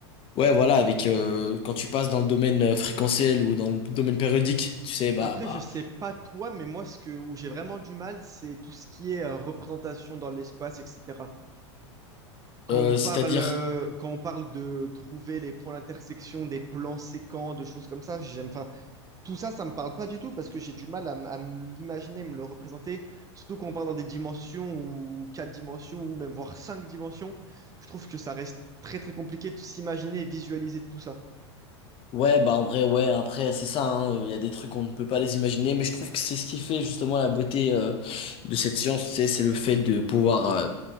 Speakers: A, on the left; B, on the right.
A: ouais, voilà, avec euh, quand tu passes dans le domaine euh, fréquentiel ou dans le domaine périodique, tu sais, bah
B: Après,
A: bah,
B: je sais pas toi, mais moi, ce que, où j'ai vraiment du mal, c'est tout ce qui est euh, représentation dans l'espace, etc. Quand
A: euh,
B: on parle,
A: c'est-à-dire.
B: euh, quand on parle de trouver les points d'intersection, des plans séquents, de choses comme ça, j'aime, enfin, tout ça, ça me parle pas du tout parce que j'ai du mal à, m- à me l'imaginer, me le représenter. Surtout quand on parle dans des dimensions ou quatre dimensions ou même voire cinq dimensions, je trouve que ça reste très très compliqué de s'imaginer et visualiser tout ça.
A: Ouais, bah en vrai, ouais, après, c'est ça, hein, euh, il y a des trucs qu'on ne peut pas les imaginer, mais je trouve que c'est ce qui fait justement la beauté euh, de cette science, tu sais, c'est le fait de pouvoir euh,